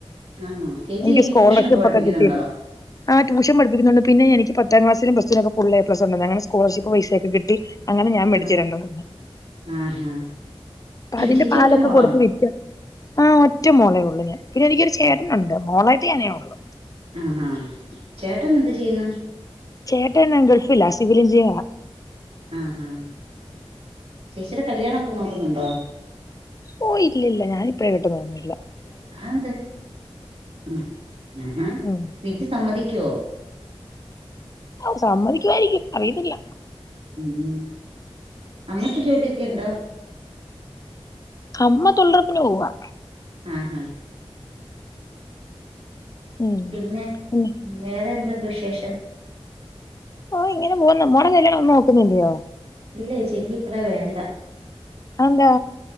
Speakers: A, on the right; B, on the left.
A: ആണോ ചേച്ചി
B: എനിക്ക് സ്കോളർഷിപ്പൊക്കെ
A: ട്യൂഷനൊക്കെ പഠിപ്പിക്കുന്നുണ്ടോ
B: കിട്ടിയപ്പൊ ആ ട്യൂഷൻ പഠപ്പിക്കുന്നുണ്ട് പിന്നെനിക്ക് പത്താം ക്ലാസും പ്ലസ് ടുനൊക്കെ ഫുൾ പ്ലസ് ഉണ്ട് അങ്ങനെ സ്കോളർഷിപ്പ് പൈസയൊക്കെ കിട്ടി അങ്ങനെ ഞാൻ മേടിച്ചു
A: ആഹ്
B: രണ്ടെണ്ണം
A: ആഹാ
B: അപ്പ അതിന്റെ
A: ചേച്ചി
B: പാല
A: ഒറ്റ മോളാണോ
B: കൊടുത്ത് വിറ്റു ആ ഒറ്റ മോളേ ഉള്ളൂ ഞാൻ പിന്നെനിക്കൊരു ചേട്ടനുണ്ട്
A: ആഹ്
B: മോളായിട്ട് ഞാനേ ഉള്ളു
A: ആഹാ ചേട്ടൻ എന്ത് ചെയ്യുന്നു
B: ചേട്ടൻ ഗൾഫിലാ സിവിൽ എഞ്ചിനിയറാ
A: ആഹാ ചേച്ചിയുടെ കല്യാണം ഒക്കെ നോക്കുന്നുണ്ടോ?
B: ഓ ഇല്ലില്ല ഞാനിപ്പഴേ കെട്ടുന്നൊന്നില്ല
A: അതെന്തേ ആഹ് ആഹാ
B: ഉം
A: വീട്ടിൽ സമ്മതിക്കോ
B: ഓഹ് സമ്മതിക്കുവായിരിക്കും അറിയത്തില്ല
A: ഉം അമ്മയ്ക്ക് ജോലിയൊക്കെ ഉണ്ടോ
B: അമ്മ തൊഴിലുറപ്പിന് പോവാ
A: ആഹാ
B: ഉം
A: പിന്നെ
B: ഉം
A: വേറെ എന്തുണ്ട് വിശേഷം
B: ഓ ഇങ്ങനെ പോകുന്നു മോടെ കല്യാണം ഒന്നും നോക്കുന്നില്ലയോ
A: വീട്ടിൽ ചോയ്ച്ച് എനിക്ക് ഇപ്പഴേ വേണ്ട
B: അതെന്താ